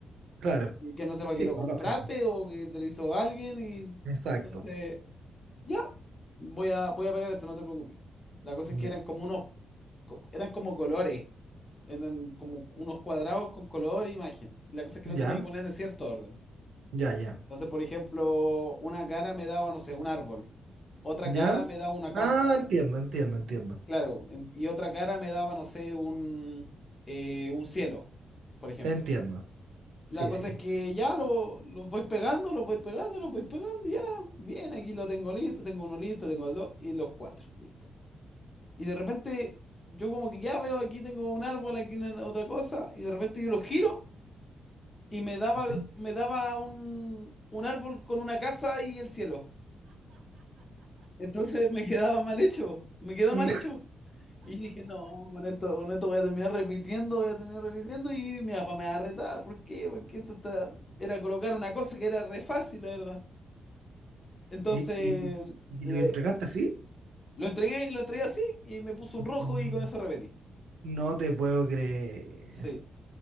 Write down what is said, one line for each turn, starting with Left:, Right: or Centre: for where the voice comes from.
Right: Claro.
Left: y que no sepa
Right: Sí,
Left: que lo
Right: por
Left: compraste
Right: lógico.
Left: o que te lo hizo alguien, y
Right: Exacto.
Left: entonces, ya, voy a, voy a pegar esto, no te preocupes. La cosa
Right: Ya.
Left: es que eran como unos, co- eran como colores, eran como unos cuadrados con color e imagen. Y La cosa es que
Right: Ya,
Left: lo tenía que poner en cierto orden.
Right: ya, ya.
Left: Entonces, por ejemplo, una cara me daba, no sé, un árbol, otra
Right: ¿Ya?
Left: cara me daba una casa,
Right: Ah, entiendo, entiendo, entiendo.
Left: claro, en- y otra cara me daba, no sé, un, eh, un cielo, por ejemplo.
Right: Entiendo.
Left: La
Right: Sí,
Left: cosa
Right: sí.
Left: es que ya lo- los voy pegando, los voy pegando, los voy pegando, ya, bien, aquí lo tengo listo, tengo uno listo, tengo dos, y los cuatro, listo. Y de repente, yo como que ya veo, aquí tengo un árbol, aquí una- otra cosa, y de repente yo lo giro y me daba,
Right: entiendo.
Left: me daba un, un árbol con una casa y el cielo. Entonces me quedaba mal hecho, me quedó
Right: <laughs>
Left: mal hecho. Y dije, no, con esto, con esto voy a terminar repitiendo, voy a terminar repitiendo y mi papá me va a retar. ¿Por qué? Porque esto está- era colocar una cosa que era re fácil, la verdad. Entonces
Right: ¿Y, y, y
Left: le,
Right: lo entregaste así?
Left: lo entregué, lo entregué así y me puso un rojo
Right: Mm,
Left: y con eso repetí.
Right: No te puedo creer.
Left: Sí.
Right: <laughs>